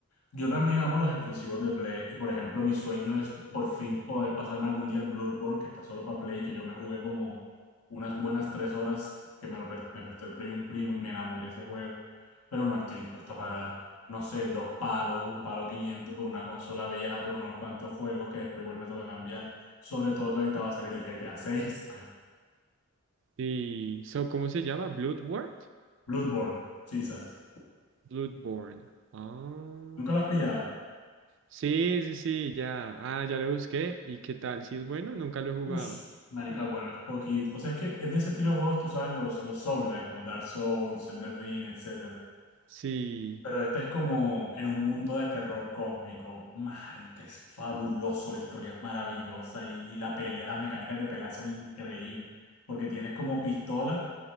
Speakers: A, on the left; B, on the right.
A: Yo también amo los exclusivos
B: Sí,
A: de Play y por ejemplo mi sueño es por fin poder pasarme algún día el Bloodborne que está solo para Play, que yo me jugué como unas buenas tres horas que me lo pres- me prestó el Play un primo y me enamoré de ese juego, pero no estoy dispuesto a pagar, no sé, dos palos, un palo 500 por una consola vieja, por unos cuantos juegos que después igual me toca cambiar, sobre todo que ahorita va a salir el GTA 6,
B: Sí, so, ¿cómo se llama? ¿Bloodborne?
A: <laughs> Bloodborne, Jesus,
B: Bloodborne. Ah,
A: ¿nunca lo has pillado?
B: sí, sí, sí, ya. Ah, ya lo busqué. ¿Y qué tal? Si es bueno, nunca lo he jugado.
A: Ush, marica, bueno, es poquito. O sea, es que es de ese estilo de juegos, tú sabes, los, los Souls-like, como Dark Souls, Elden Ring, etcétera.
B: Sí,
A: Pero este es como en un mundo de terror cósmico. Marica, es fabuloso, la historia es maravillosa y, y la pelea, las mecánicas de pelea son increíbles. Porque tienes como pistola